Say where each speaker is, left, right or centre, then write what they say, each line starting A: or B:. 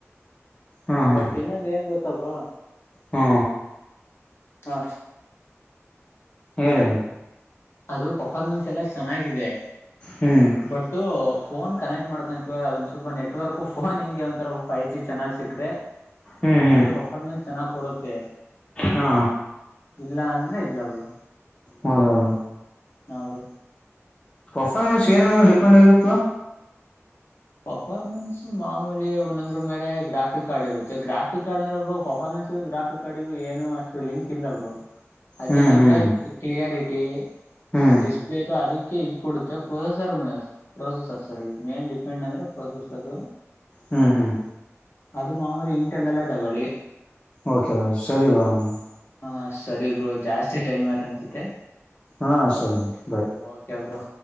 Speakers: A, on the left; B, on the left.
A: ಹಾ ಹಾ
B: ಬಟ್ ಇನ್ನೊಂದು ಏನ್ ಗೊತ್ತ ಗೊತ್ತಾ ಬ್ರೋ
A: ಹಾ
B: ಹಾ
A: ಹೇಳಿ
B: ಅದು ಪರ್ಫಾರ್ಮೆನ್ಸ್ ಎಲ್ಲ ಚೆನ್ನಾಗಿದೆ
A: ಹ್ಮ್
B: ಬಟ್ಟ ಫೋನ್ ಕನೆಕ್ಟ್ ಮಾಡ್ಕೊಂತೀವ ಅದೊಂದ್ ಸ್ವಲ್ ನೆಟ್ರ್ಕು ಫೋನ್ ಹಿಂಗೆ ಒಂಥರ ಫೈವ್ ಜಿ ಚೆನ್ನಾಗಿ ಸಿಕ್ಕ್ರೆ
A: ಹ್ಮ್ ಹ್ಮ್
B: ಅದು ಪರ್ಫಾರ್ಮೆನ್ಸ್ ಚೆನ್ನಾಗ್ ಕೊಡುತ್ತೆ
A: ಹಾ
B: ಇಲ್ಲ ಅಂದ್ರೆ ಇಲ್ಲ ಬ್ರೋ
A: ಹೌದೌದು
B: ಹ ಬ್ರೋ
A: ಪರ್ಫಾರ್ಮೆನ್ಸ್ ಏನು ಮೇಲೆ ಡಿಪೆಂಡ್ ಆಗಿರುತ್ತೆ ಬ್ರೋ
B: ಪರ್ಫಾರ್ಮೆನ್ಸ್ ಮಾಮೂಲಿ ಒಂದೊಂದ್ರ ಮೇಲೆ ಗ್ರಾಫಿಕ್ ಕಾರ್ಡ್ ಇರುತ್ತೆ ಗ್ರಾಫಿಕ್ ಕಾರ್ಡ್ ಅಂದ್ರೆಬ್ಬರು ಪರ್ಫಾರ್ಮೆನ್ಸ್ ಗ್ರಾಫಿಕ್ ಕಾರ್ಡಿಗು ಏನು ಅಷ್ಟು ಲಿಂಕ್ ಇಲ್ಲ ಬ್ರೋ ಅದೇನಂದ್ರೆ
A: ಹ್ಮ್ ಹ್ಮ್
B: ಕ್ಲಿಯಾರಿಟಿ
A: ಹ್ಮ್
B: ಡಿಸ್ಪ್ಲೇದು ಅದಕ್ಕೆ ಇದು ಕೊಡುತ್ತೆ processor processor main depend main ಅಂದರೆ ಪ್ರೊಸೆಸರ್
A: ಹ್ಮ್ ಹ್ಮ್
B: ಅದು ಮಾಮುಲೀ ಇಂಟೆಲ್ಲೆಲ್ಲ ತಗೊಳ್ಳಿ
A: ಓಕೆ ಸರಿ ಬ್ರೋ ಹಾಗದ್ರೆ
B: ಹಾ ಸರಿ ಬ್ರೋ ಜಾಸ್ತಿ ಟೈಮ್ ಆಯ್ತು ಅನ್ಸತ್ತೆ
A: ಹಾ ಸರಿ ಬಾಯ್
B: ಓಕೆ ಬ್ರೋ